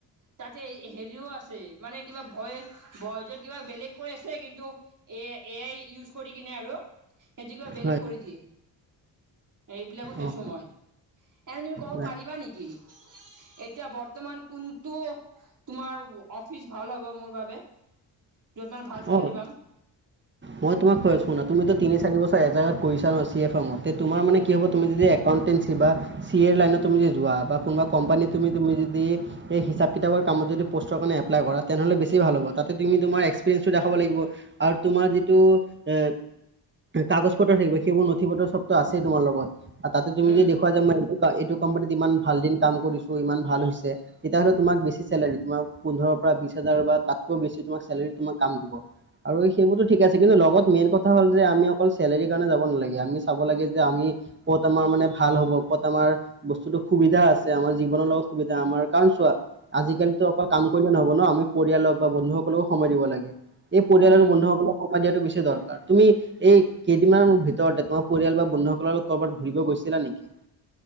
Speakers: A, on the right (about 45°); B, on the right (about 25°).
A: তাতে হেৰিও আছে মানে কিবা ভইচ ভইজত য'ত কিবা বেলেগ কৈ আছে কিন্তু এ এ আই ইউজ কৰি কিনে আৰু সেইতো কিবা বেলেগ
B: হয়
A: কৰি দিয়ে, এইবিলাকো চাইছোঁ
B: অঁ
A: মই এনে তুমি ক'ব
B: হয়
A: পাৰিবা নেকি? এতিয়া বৰ্তমান কোনটো তোমাৰ অফিচ ভাল হ'ব মোৰ বাবে, য'ত মানে ভাল চেলাৰী
B: অঁ
A: পাম।
B: মই তোমাক কৈ আছোঁ শুনা তুমি তিনি-চাৰি বছৰ এজেগাত কৰিছা ন চি, এফ মতে তোমাৰ মানে কি হ'ব তুমি যে একাউণ্টেঞ্চি বা চি, এৰ লাইনত তুমি যোৱা বা কোনোবা কোম্পানী তুমি তুমি যদি এই হিচাপকেইটাৰ বাৰ কামত যদি পষ্টকাৰণে এপ্লাই কৰা তেনেহলে বেছি ভাল হ'বা তাতে তুমি তোমাৰ এক্সপেৰিয়েন্স দেখাব লাগিব আৰু তোমাৰ যিটো টো এ কাগজ পত্ৰ থাকিব সেইবোৰ নথি- পত্ৰ চবটো আছেই তোমাৰ লগত তাতে তুমি
A: উম
B: যদি দেখুৱা মই এইটো এইটো কোম্পানীত ইমান ভাল দিন কাম কৰিছোঁ ইমান ভাল হৈছে তেতিয়াহ'লে তোমাক বেছি চেলাৰী তোমাৰ পোন্ধৰ পৰা বিশ হাজাৰ বা তাতকৈও বেছি তোমাক চেলাৰী তোমাক কাম দিব, সেইবোৰটো ঠিক আছে কিন্তু লগত মেইন কথা হ'ল যে আমি অকল চেলাৰী কাৰণে যাব নালাগে আমি চাব লাগে যে আমি ক'ত আমাৰ মানে ভাল হ'ব ক'ত আমাৰ বস্তুতো সুবিধা আছে আমাৰ জীৱনৰ লগত সুবিধা আমাৰ কাৰণ চোৱা আজি আজিকালিতো অকল কাম কৰিলে নহব ন আমি পৰিয়ালক বা বন্ধুসকলকো সময় দিব লাগে, এই পৰিয়াল
A: উম
B: আৰু বন্ধুসকলকে দিয়াটো বেছি দৰকাৰ তুমি এই কেইদিনমান ভিতৰতে তোমাৰ পৰিয়াল বা বন্ধুসকলৰ লগ ক'ৰবাত ফুৰিব গৈছিলা নেকি? হয়